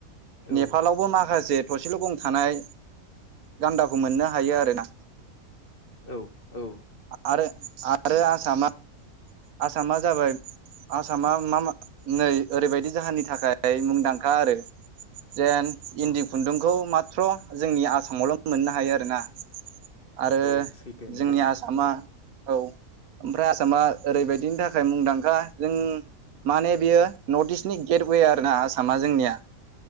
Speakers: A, on the left; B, on the right.
A: औ
B: नेपालावबो माखासे थसेल' गं थानाय गान्दाखौ मोननो हायो आरोना
A: औ औ
B: आरो आरो आसामा आसाम आसामा जाबाय आसामा मा मा नै ओरैबायदि जाहोननि थाखाय मुं दांखा आरो जेन
A: औ
B: इन्दि खुन्दुंखौ मा माथ्र' जोंनि आसामावल' मोननो हायो आरोना आरो
A: औ औ सैथो नोंथां
B: जोंनि आसामा औ ओमफ्राय आसामा ओरैबायदिनि थाखाय मुंदांखा जों माने बियो नर्थ इस्टनि गेटवे आरोना आसाम मा जोंनिया